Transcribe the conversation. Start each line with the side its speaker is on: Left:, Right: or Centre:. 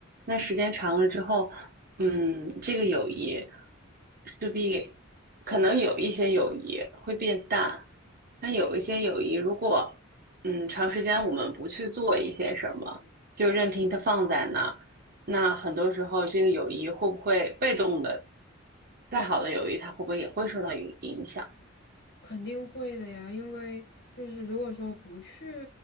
Right: 那时间长了之后，嗯，这个友谊势必可能有一些友谊会变淡，但有一些友谊如果嗯长时间我们不去做一些什么，就任凭它放在那儿，那很多时候这个友谊会不会被动的，再好的友谊它会不会也会受到影影响？
Left: 肯定会的呀，因为就是如果说不去，